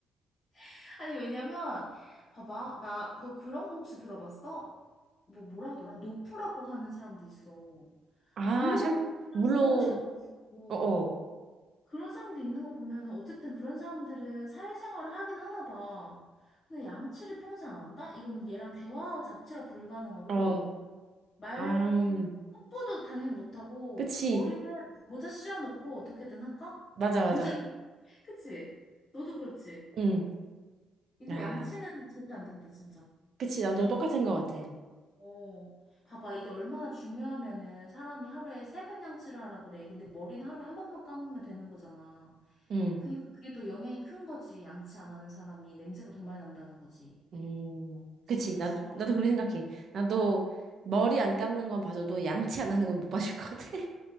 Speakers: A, on the left (about 50°); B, on the right (about 60°).
A: <laughs> 아니, 왜냐면, 봐봐. 나, 너 그런 거 혹시 들어봤어? 뭐, 뭐라 하더라? 노프라고 하는 사람도 있어.
B: 아,
A: 물로만
B: 샴, 물론,
A: 어, 샴푸 안 쓰고.
B: 어, 어,
A: 그런 사람도 있는 거 보면은 어쨌든 그런 사람들은 사회생활을 하긴 하나 봐. 근데 양치를 평생 안 한다? 이건 얘랑 대화 자체가 불가능하고,
B: 어.
A: 말,
B: 아, 음.
A: 뽀뽀도 당연히 못하고,
B: 그치.
A: 머리는 모자 씌워놓고 어떻게든 할까?
B: 맞아,
A: 모자를,
B: 맞아.
A: <laughs> 그치? 너도 그렇지?
B: 응.
A: 이거
B: 아,
A: 양치는 절대 안 된다, 진짜.
B: 그치. 나도
A: 양치,
B: 똑같은 거 같아.
A: 어, 봐봐. 이게 얼마나 중요하면은 사람이 하루에 세 번 양치를 하라 그래. 근데 머리는 하루에 한 번만 감으면 되는 거잖아.
B: 응.
A: 그러니까 그게 더 영향이 큰 거지. 양치 안 하는 사람이 냄새가 더 많이 난다는 거지.
B: 음,
A: 그치,
B: 그치.
A: 더
B: 나도,
A: 중요하고.
B: 나도 그렇게 생각해. 나도 머리 안 감는 건 봐줘도 양치 안 하는 건 못 봐줄 것 같아. <laughs>